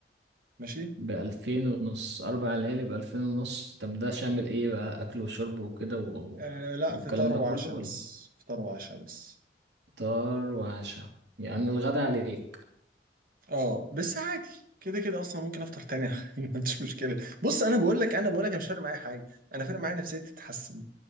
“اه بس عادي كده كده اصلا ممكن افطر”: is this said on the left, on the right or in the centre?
Right